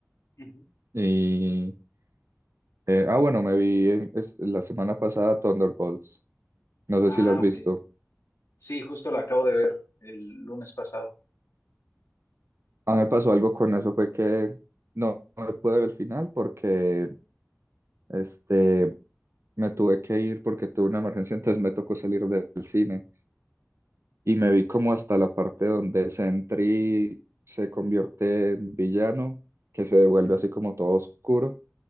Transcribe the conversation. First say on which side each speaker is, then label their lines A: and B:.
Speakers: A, on the left (about 85°); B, on the right (about 60°).
A: ujú.
B: Y, eh, ah, bueno, me vi en- es- la semana pasada Thunderbolts. No sé
A: Ah,
B: si lo has visto.
A: ok. Sí, justo la acabo de ver el lunes pasado.
B: A mí me pasó algo con eso, fue que no, no me pude ver el final porque este, me tuve que ir porque tuve una emergencia, entonces me tocó salir del cine. Y me vi como hasta la parte donde Sentry se convierte en villano, que se vuelve
A: Ujú,
B: así como todo oscuro